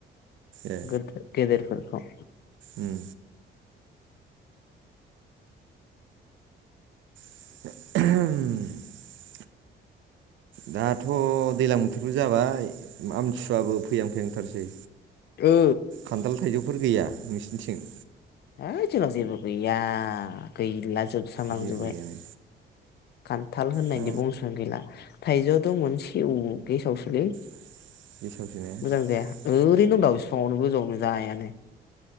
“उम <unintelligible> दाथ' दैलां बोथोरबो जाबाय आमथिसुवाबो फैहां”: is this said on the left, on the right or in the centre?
Right